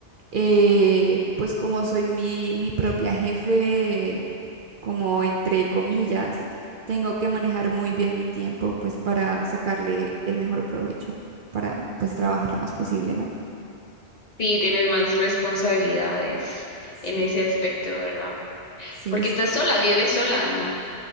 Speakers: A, on the right (about 60°); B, on the left (about 40°).
A: Eh, pues como soy mi, mi propia jefe como entre comillas, tengo que manejar muy bien mi tiempo, pues para sacarle el mejor provecho, para pues trabajar lo más posible, ¿no?
B: Sí, tienes más responsabilidades
A: Sí,
B: en ese aspecto, ¿verdad?
A: sí,
B: Porque
A: s-
B: estás sola, vives sola, ¿no?